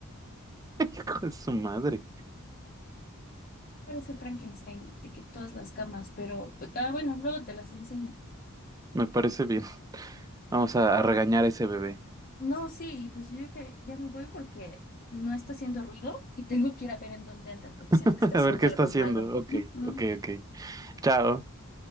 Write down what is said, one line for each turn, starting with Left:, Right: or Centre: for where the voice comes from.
Right: <laughs> Hijo de su madre.
Left: Parece Frankenstein de que todas las camas, pero ah, bueno, luego te las enseño.
Right: Me parece bien. Vamos a, a regañar a ese bebé.
Left: No, sí, pues yo creo que ya me voy porque no está haciendo ruido y tengo que ir a ver en dónde andas porque siento
Right: <laughs>
Left: que está
Right: A
Left: haciendo
Right: ver qué
Left: algo
Right: está haciendo.
Left: malo.
Right: Ok,
Left: <laughs>
Right: ok, ok. Chao.